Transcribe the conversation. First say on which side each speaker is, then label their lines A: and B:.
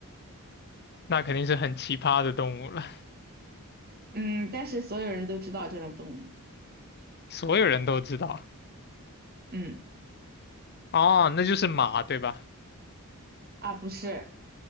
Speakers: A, on the left (about 45°); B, on the right (about 45°).
A: 那肯定是很奇葩的动物了，
B: 嗯，但是所有人都知道这种动物，
A: 所有人都知道。
B: 嗯，
A: 哦，那就是马，对吧？
B: 啊，不是，